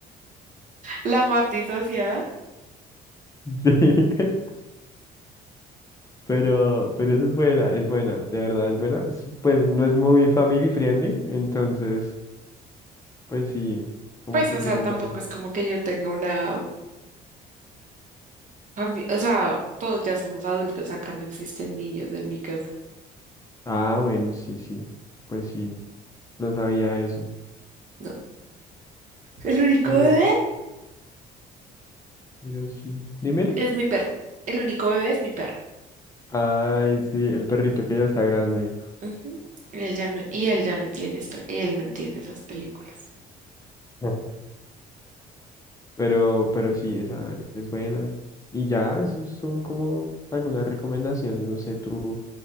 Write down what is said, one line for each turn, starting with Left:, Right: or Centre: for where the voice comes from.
Right: La más disociada,
Left: Sí, <laughs> pero, pero eso es buena, es buena, de verdad es buena. Es- Pues no es muy family friendly, entonces, pues sí, como
Right: pues,
Left: que
Right: o
Left: tienen
Right: sea, tampoco
Left: varias.
Right: es como que yo tenga una familia, o sea, todos ya somos adultos, acá no existen niños en mi casa,
Left: Ah, bueno, sí, sí, pues sí, no sabía eso.
Right: no. El único
Left: Pero,
Right: bebé
Left: pero sí. Dímelo.
Right: es mi perro, el único bebé es mi perro.
Left: Ay, sí, el perrito que ya está grande.
Right: Ujú. Él ya no, y él ya no entiende esto, él no entiende esas películas.
Left: <laughs> Pero, pero sí, esa es buena. Y ya, esos son como algunas recomendaciones. No sé, tú